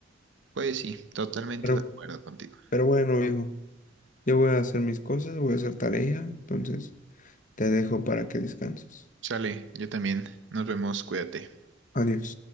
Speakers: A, on the right; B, on the left.
A: pues sí, totalmente
B: Pero,
A: de acuerdo contigo.
B: pero bueno, hijo yo voy a hacer mis cosas, voy a hacer tarea, entonces te dejo para que descanses.
A: Sale, yo también. Nos vemos, cuídate.
B: Adiós.